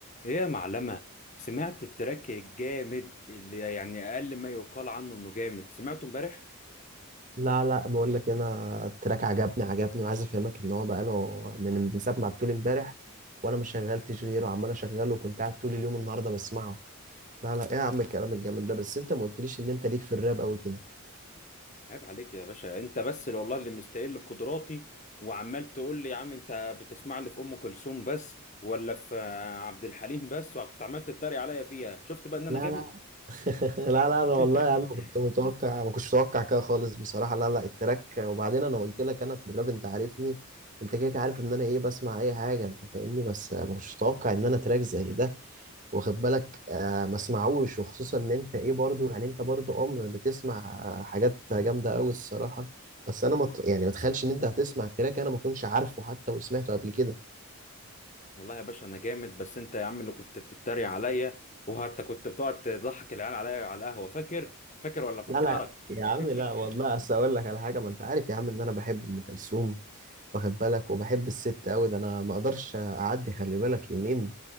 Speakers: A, on the left (about 35°); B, on the right (about 35°).
A: ايه يا معلمة سمعت التراك الجامد اللي يعني اقل ما يقال عنه انه جامد سمعته امبارح
B: لا لا بقول لك إيه، انا التراك عجبني عجبني وعايز افهمك ان هو بقاله من من ساعه ما عدتولي امبارح وانا ما شغلتش غيره وعمال اشغله وكنت قاعد طول اليوم النهارده بسمعه لا لا ايه يا عم الكلام الجامد ده بس انت ما قلتليش ان انت ليك في الراب قوي كده
A: عيب عليك يا باشا انت بس اللي والله اللي مستقل بقدراتي وعمال تقول لي يا عم انت بتسمع لي في ام كلثوم بس ولا في آه، عبد الحليم بس وكنت عمال تتريق عليا فيها شفت بقى ان انا
B: لا
A: جامد
B: لا <laughs> لا لا لا والله
A: <laughs>
B: يا عم كنت متوقع ما كنتش متوقع كده خالص بصراحه لا لا التراك وبعدين انا قلت لك انا في الراب انت عارفني انت كده كده عارف ان انا ايه بسمع اي حاجه انت فاهمني بس ما كنتش متوقع ان انا تراك زي ده واخد بالك آه ما اسمعوش وخصوصا ان انت ايه برضو يعني انت برضو ام بتسمع آه، حاجات جامده قوي الصراحه بس انا مت يعني ما تخيلش ان انت هتسمع تراك انا ما كنتش عارفه حتى وسمعته قبل كده
A: والله يا باشا انا جامد بس انت يا عم اللي كنت بتتريق عليا وحتى كنت بتقعد تضحك العيال عليا على القهوة فاكر فاكر ولا فكرك
B: لا لا يا عم لا
A: <laughs>
B: والله اصل اقول لك على حاجه ما انت عارف يا عم ان انا بحب ام كلثوم واخد بالك وبحب الست قوي ده انا ما اقدرش اعدي خلي بالك يومين